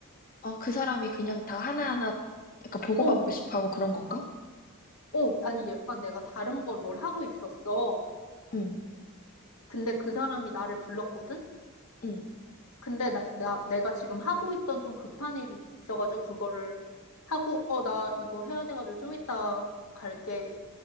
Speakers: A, on the left; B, on the left.
A: 아, 그 사람이 그냥 다 하나하나 약간 보고받고
B: 어,
A: 싶어 하고 그런 건가?
B: 어, 아니, 약간 내가 다른 걸 뭘 하고 있었어.
A: 응,
B: 근데 그 사람이 나를 불렀거든?
A: 응,
B: 근데 나, 나, 내가 지금 하고 있던 좀 급한 일이 있어가지고 그거를 하고, 어, 나 이거 해야 돼가지고 좀 이따 갈게요